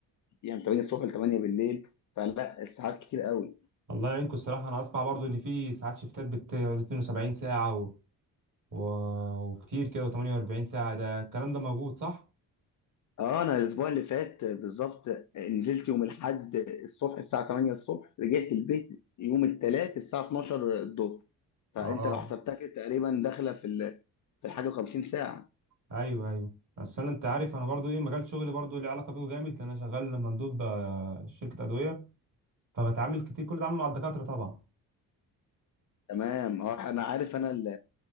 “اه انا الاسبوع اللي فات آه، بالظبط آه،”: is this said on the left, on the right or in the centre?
Left